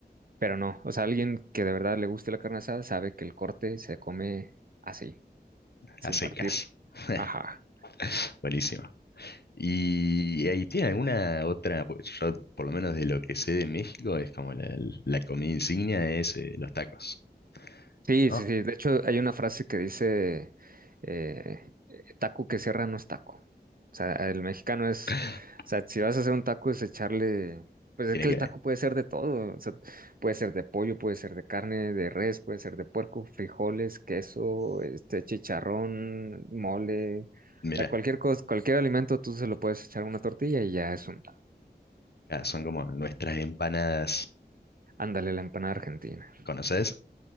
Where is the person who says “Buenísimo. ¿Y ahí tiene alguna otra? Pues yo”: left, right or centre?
Left